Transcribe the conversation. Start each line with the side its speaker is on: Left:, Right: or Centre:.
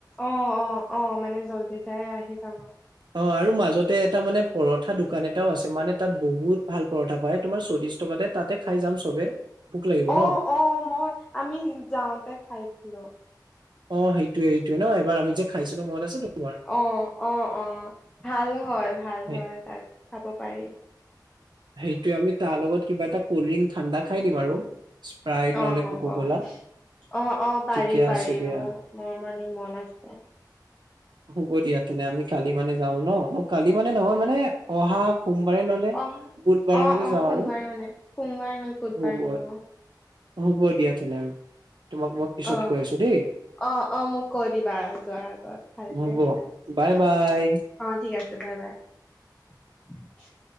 Left: অ' অ' অহ মানে জল্দি যাই আহি যাম আৰু।
Right: অ আৰু মাজতে এটা মানে পৰঠা দোকান এটাও আছে, মানে তাত বহুত ভাল পৰঠা পায়, তোমাৰ চল্লিশ টকাতে তাতে খাই যাম চবে। ভোক লাগিব
Left: অ'অ'
Right: ন
Left: মই আমি যাওঁতে খাইছিলো।
Right: অ' সেইটোয়ে এইটোয়ে ন এবাৰ আমি যে খাইছিলো মনত আছে তোমাৰ
Left: অ-অ-অ ভাল হয়। ভাল
Right: সেই-
Left: হয়, তাত খাব পাৰি।
Right: সেইটোয়ে আমি তাৰ লগত কিবা এটা কল্ড ড্ৰিংক ঠাণ্ডা খাই দিম আৰু। স্প্ৰাইট
Left: অ
Right: নহলে
Left: হ'ব।
Right: কোকো
Left: অ'-অ'
Right: কলা
Left: পাৰি-পাৰি,
Right: ঠিকে আছে দিয়া
Left: মোৰ-মোৰ মানে মন আছে।
Right: হ'ব দিয়া তেনে আমি কালি মানে যাও ন, কালি মানে মানে নহয় মানে, অহা সোমবাৰে ন'হলে।
Left: অ-অ
Right: বুধবাৰে মানে যাওঁ
Left: সোমবাৰ
Right: আৰু
Left: মানে সোমবাৰ হ'লে বুধবাৰ
Right: হ'ব
Left: মানে অ।
Right: হ'ব দিয়া তেনেহ'লে, তোমাক মই পিছত
Left: অ
Right: কৈ আছো দেই।
Left: অ অ মোক কৈ দিবা যোৱাৰ আগত ভালকে,
Right: হ'ব বাই বাই
Left: অ ঠিক আছে। Bye bye.